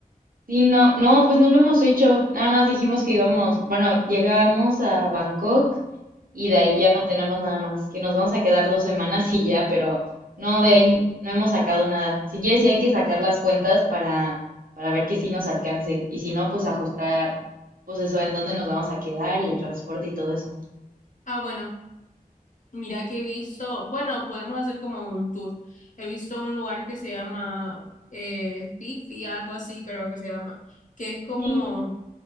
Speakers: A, on the right; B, on the left.
A: Sí, no, no, pues no lo hemos hecho. Nada más dijimos que íbamos, bueno, llegamos a Bangkok y de ahí ya no tenemos nada más, que nos vamos a quedar dos semanas y ya, pero no, de ahí no hemos sacado nada. Si quieres, sí hay que sacar las cuentas para, para ver que sí nos alcance y si no, pues ajustar, pues eso, en dónde nos vamos a quedar y el transporte y todo eso.
B: Ah, bueno, mira que he visto, bueno, podemos hacer como un tour. He visto un lugar que se llama eh, Fifi, algo así creo que se llama, que es como,
A: Sí,